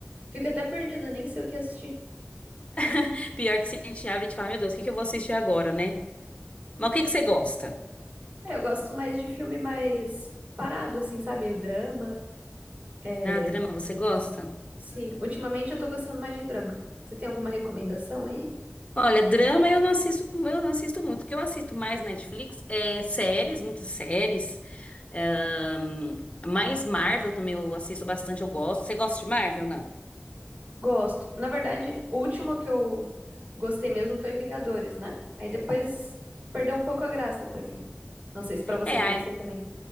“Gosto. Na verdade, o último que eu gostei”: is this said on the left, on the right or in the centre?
Right